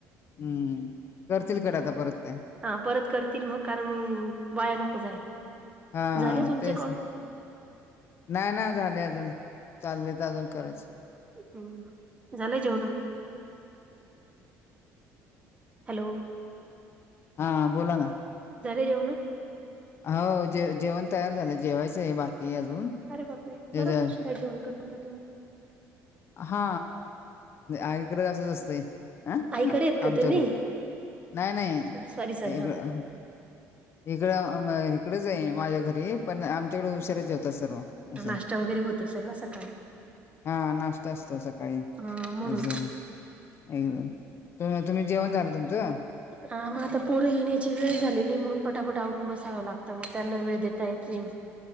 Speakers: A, on the left; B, on the right.
A: हम्म
B: द्या
A: करतील कड आता परत
B: हा परत करतील मग कारण मग वाया नको जायला
A: हा
B: झाले तुमचे
A: तेच
B: कॉल
A: आहे नाही ना झाले अजून चाललेत अजून करायच
B: हम्म झालंय जेवण हॅलो,
A: हा बोला ना,
B: झाली जेवणं.
A: हो जे जेवण तयार झालं जेवायचं आहे बाकी अजून.
B: अरे बापरे!
A: जे-
B: बराच
A: जे-
B: उशिरा जेवन करत का तुम्ही.
A: हा, आईकडे असच असतेय. अ
B: आईकडे
A: हा
B: आहेत का
A: आमच्याकडे
B: तुम्ही
A: नाही नाही
B: सॉरी सॉरी
A: वेगळ.
B: हा
A: इकडं ह म इकडेच आहे माझ्या घरी पण आमच्याकडें उशरा जेवतात सर्व. असं
B: नाश्ता वगैरे होत असेल ना सकाळी.
A: हा, नाश्ता असतो सकाळी
B: हा म्हणून
A: अजही. एकदम तुम तुम्ही जेवण झालं तुमचं?
B: ह मग आता पोरं येण्याची वेळ झालेली म्हणून पटापट आवरून बसावं लागतं मग त्यांना वेळ देता येत नाही.